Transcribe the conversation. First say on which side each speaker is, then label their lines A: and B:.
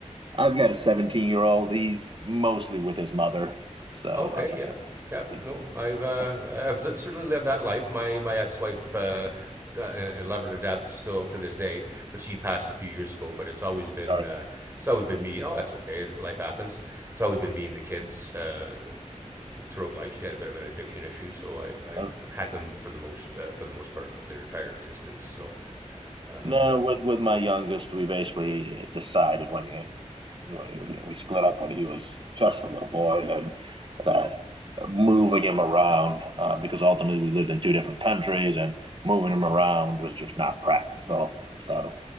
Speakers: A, on the right; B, on the right.
A: I've got a 17 year old. He's mostly with his mother. So uh,
B: Okay, yeah, yeah.
A: he's,
B: No,
A: he's,
B: I've
A: he's
B: uh, I've li- certainly lived that life. My my ex-wife, uh, d- I I love her to death still to this day, but she passed a few years ago. But it's always been
A: starting
B: uh, it's always been me. Oh, that's okay. Life happens. It's always been me and the kids uh, throughout life. She had a bit of an addiction issue, so I,
A: to
B: I had them for the most uh, for the most part their entire existence. So, uh,
A: No, no, with with my youngest, we basically decided when he, you know, we split up when he was just a little boy, and that moving him around uh, because ultimately we lived in two different countries, and moving him around was just not practical. So,